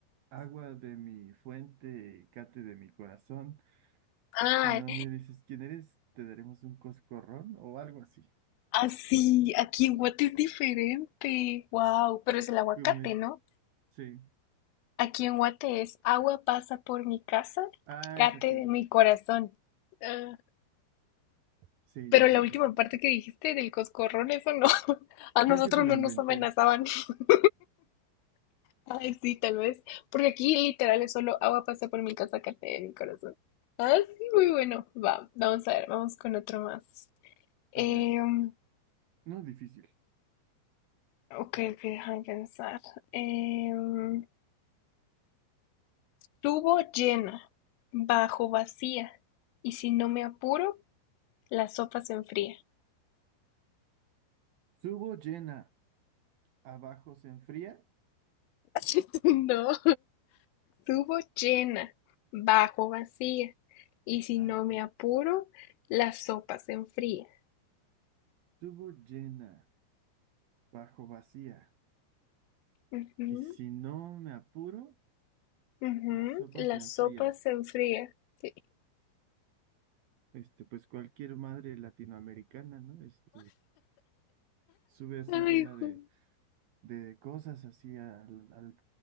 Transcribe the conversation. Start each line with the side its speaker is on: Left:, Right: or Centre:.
Right: agua de mi fuente, cate de mi corazón.
Left: Ah,
Right: Si no me dices quién eres, te daremos un coscorrón o algo así.
Left: así, aquí en Guate es diferente. Wow, pero es el aguacate,
Right: ¿Cómo es?
Left: ¿no?
Right: Sí.
Left: Aquí en Guate es agua pasa por mi casa,
Right: Ah,
Left: cate
Right: es así.
Left: de mi corazón. Ah,
Right: Sí,
Left: Pero
Right: ya
Left: la
Right: sé.
Left: última
Right: es-
Left: parte que dijiste del coscorrón, eso no. <laughs> A nosotros
Right: Creo que se lo
Left: no
Right: inventé.
Left: nos amenazaban. <laughs> Ay, sí, tal vez. Porque aquí literal es solo agua pasa por mi casa, cate de mi corazón. Ah, sí, muy bueno. Va, vamos a ver, vamos con otro más. Em,
Right: A ver, Cata. No es difícil.
Left: ok, ok, déjame pensar. Em, tubo llena, bajo vacía, y si no me apuro, la sopa se enfría.
Right: Subo llena, abajo se enfría.
Left: <laughs> No, tubo llena, bajo vacía, y si
Right: Ah,
Left: no
Right: ok.
Left: me apuro, la sopa se enfría.
Right: Subo llena, bajo vacía.
Left: Ujú,
Right: Y si no me apuro,
Left: ujú,
Right: la sopa
Left: La
Right: se enfría.
Left: sopa se enfría. Sí.
Right: Este, pues cualquier madre latinoamericana, ¿no? Este, sube así
Left: Ay,
Right: llena
Left: ju-
Right: de, de cosas, así al, al,